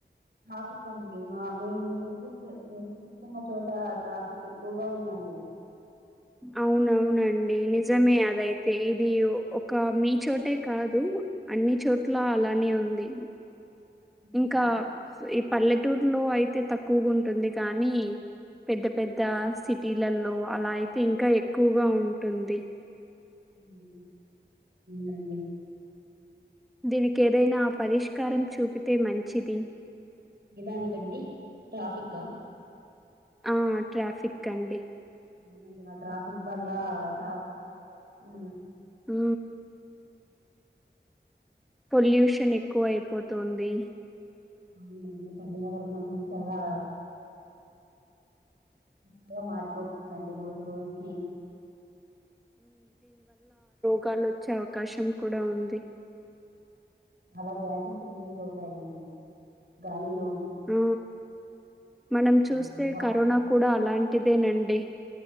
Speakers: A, on the right; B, in the centre.
A: ట్రాఫిక్ అండి మా మేము నివసిస్తూ నివసిస్తున్న చోట ట్రాఫిక్ ఎక్కువగా ఉందండి.
B: అవునవునండి నిజమే అదయితే ఇది ఒక మీ చోటే కాదు అన్ని చోట్ల అలానే ఉంది.
A: హ్మ్.
B: ఇంకా ఈ పల్లెటూరులో అయితే తక్కువుగుంటుంది. కానీ పెద్ద పెద్ద సిటీలలో అలాయి ఇంకా ఎక్కువగా ఉంటుంది.
A: హ్మ్. అవునండి
B: దీనికేదైనా ఆ పరిష్కారం చూపితే మంచిది.
A: ఏదాని కండి ట్రాఫికా
B: ఆ ట్రాఫిక్ అండి.
A: <unintelligible> ట్రాఫిక్ వాళ్ళ చాల ఉ
B: ఉ పొల్యూషన్ ఎక్కువ అయిపోతుంది
A: అవునండి ప్రజల వర్ణం ఉండ చాలా చక్కగా మారిపోతుందండి రోజు రోజుకి
B: కాలు వచ్చే అవకాశం కూడా ఉంది
A: అలా గ్యాసెస్ రిలీజ్ అవుతాయండి గాలిలో
B: ఆ మనం చూస్తే
A: ఆ వా
B: కరోనా కూడా అలాంటిదేనండి